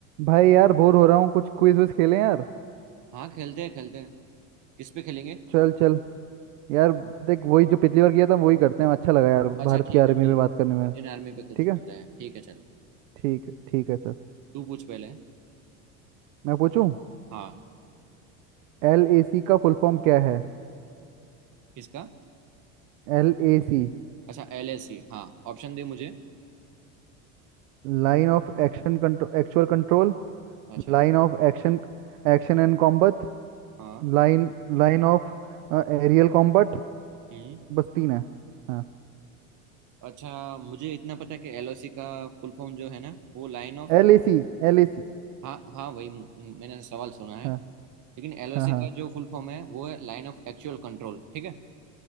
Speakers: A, on the right; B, on the right.
A: भाई यार बोर हो रहा हूँ कुछ क्विज विज खेलें यार
B: हाँ खेलते हैं खेलते हैं किस पे खेलेंगे
A: चल चल यार देख वही जो पिछली बार किया था वही करते हैं अच्छा लगा यार
B: अच्छा
A: भारत
B: ठीक
A: की आर्मी
B: है चल
A: में बात करने में
B: इंडियन आर्मी पे कुछ
A: ठीक
B: पता
A: है
B: है ठीक है चल
A: ठीक है ठीक है चल
B: तू पूछ पहले
A: मैं पूछूं
B: हाँ
A: एल ए सी का फुल फॉर्म क्या है
B: किसका
A: L A C
B: अच्छा एल एस सी हाँ ऑप्शन दे मुझे
A: Line of action control actual control
B: अच्छा
A: Line of action Action and combat
B: हाँ
A: Line line of aerial combat
B: हम्म
A: बस तीन है हाँ
B: अच्छा मुझे इतना पता है कि एल ओ सी का फुल फॉर्म जो है ना वो लाइन ऑफ
A: L A C L A C
B: हाँ हाँ वही म- मैंने सवाल सुना है
A: हाँ
B: लेकिन एल
A: हाँ
B: ओ सी
A: हाँ
B: का जो फुल फॉर्म है वो है लाइन ऑफ एक्चुअल कंट्रोल ठीक है